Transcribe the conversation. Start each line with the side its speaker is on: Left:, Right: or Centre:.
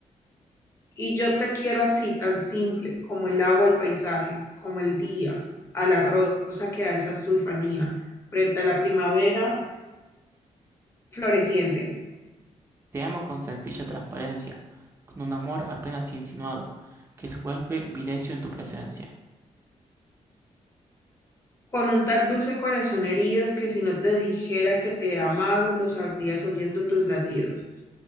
Left: Y yo te quiero así, tan simple, como el agua al paisaje, como el día, a la rosa que alza su infanía, frente a la primavera floreciente,
Right: Te amo con sencilla transparencia, con un amor apenas insinuado, que se vuelve vilecio en tu presencia,
Left: con un tal dulce corazón herido que si no te dijera que te he amado, lo sabrías oyendo tus latidos.